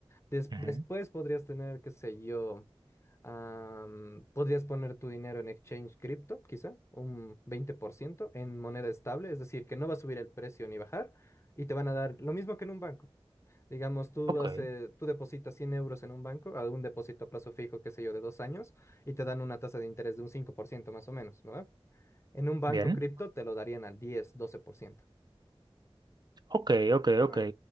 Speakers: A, on the left; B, on the right.
A: Des-
B: ujú.
A: después podrías tener, qué sé yo, am, podrías poner tu dinero en exchange cripto, quizá, un 20% en moneda estable, es decir, que no va a subir el precio ni bajar y te van a dar lo mismo que en un banco. Digamos, tú,
B: Ok,
A: hace, tú depositas 100 euros en un banco, a un depósito a plazo fijo, qué sé yo, de dos años, y te dan una tasa de interés de un 5% más o menos, ¿no? En un banco
B: bien.
A: cripto te lo darían al diez, doce por ciento.
B: Ok, ok,
A: anual.
B: ok.